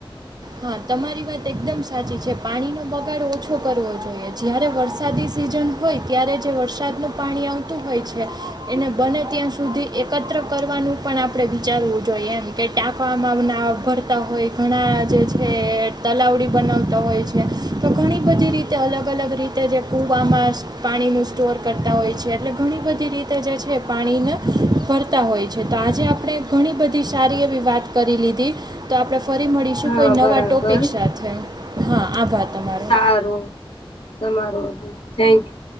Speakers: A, on the right; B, on the left.
A: હા તમારી વાત એકદમ સાચી છે પાણીનો બગાડ ઓછો કરવો જોઈએ જ્યારે વરસાદી સીઝન હોય ત્યારે જે વરસાદનું પાણી આવતું હોય છે એને બને ત્યાં સુધી એકત્ર કરવાનું પણ આપણે વિચારવું જોઈએ એમ કે ટાંકવામાં ના ભરતા હોય ઘણા જે છે તલાવડી બનાવતા હોય છે તો ઘણી બધી રીતે અલગ અલગ રીતે તે જે કૂવામાં પાણીનું સ્ટોર કરતા હોય છે એટલે ઘણી બધી રીતે જે છે પાણીને ભરતા હોય છે તો આજે આપણે ઘણી બધી સારી એવી વાત કરી લીધી. તો આપણે ફરી મળીશું
B: હા
A: કોઈ નવા
B: બરાબર
A: ટોપિક સાથે હા આભાર તમારો.
B: હારુ તમારું થેન્ક યુ